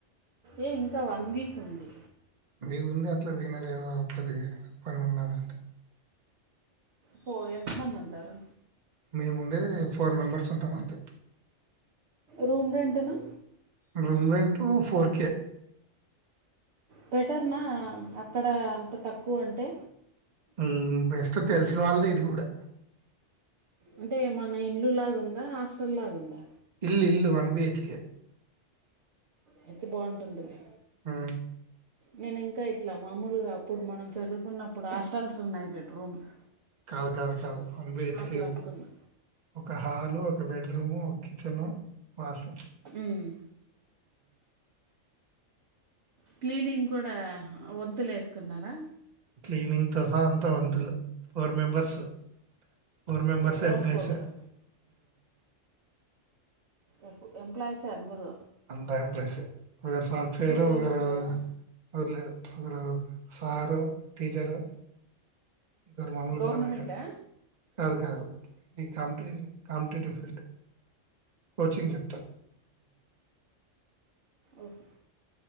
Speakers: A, on the right; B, on the right.
A: ఏ ఇంకా వన్ వీక్ ఉంది
B: మీగు ఉంది అట్లా తినాల ఏదో ఒకది పని ఉన్నదంటే
A: పో ఎంత మంది అంటారు
B: మేముండేది ఫోర్ మెంబర్స్ ఉంటాం అంతే
A: రూమ్ రెంటనా
B: room rent four K
A: better నా అక్కడ అంత తక్కువ అంటే
B: ఉ బెస్ట్ తెలిసిన వాళ్ళదే ఇది కూడా
A: అంటే మన ఇల్లు లాగా ఉందా హాస్టల్ లాగా ఉందా
B: ఇల్లు ఇల్లు వన్ బి హెచ్ కే
A: అయితే బాగుంటుందిలే
B: ఆ
A: నేను ఇంకా ఇట్లా మాముూలుగా అప్పుడు మనం చదువుకున్నప్పుడు హాస్టల్స్ ఉన్నాయి చూడు రూమ్స్
B: కాదు కాదు కాదు వన్ బి హెచ్
A: అట్లా
B: కే
A: అనుకున్నా
B: ఒక హాలు ఒక బెడ్రూము ఒక కిచెను బసం
A: ఉమ్. క్లీనింగ్ కూడా వంతులే వేసుకున్నారా
B: క్లీనింగ్ తో సహా అంత వంతులే four members four members
A: రోజుకొకరు
B: employees
A: ఎ ఎంప్లాయీసే అందరు
B: అంతా ఎంప్లైస్ ఒకరు సాఫట్వేరు
A: స్టూడెంట్స్
B: ఒకరు
A: లేరా
B: ర్ల ఒకరు సారు టీచరు ఇంకరు మామూలు
A: గవర్నమెంటా
B: ప్రైవేట్ కాదు కాదు కమిటి కాంపిటీటివ్ ఫీల్డ్ కోచింగ్ చెప్తా
A: ఓహో